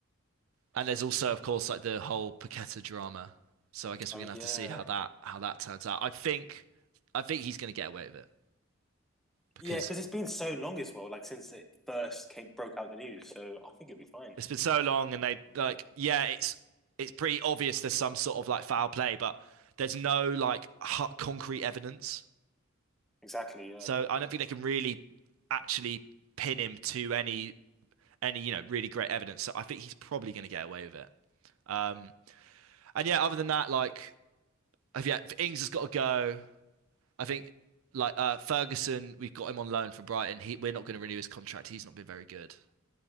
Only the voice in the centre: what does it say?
Oh
yeah,
yeah, because it's been so long as well, like since it first came broke out the news. So I think it'll be fine.
Exactly. Yeah.